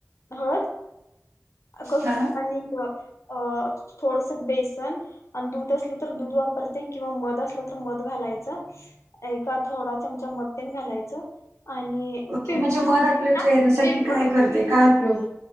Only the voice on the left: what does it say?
हळद कस
आणि अं थोडस बेसन आणि दूध असलं तर दूध वापरते किंवा मध असला तर मध घालायचा एका थोडा चमचा मध तेन घालायचं आणि
पिंपल
पिंपल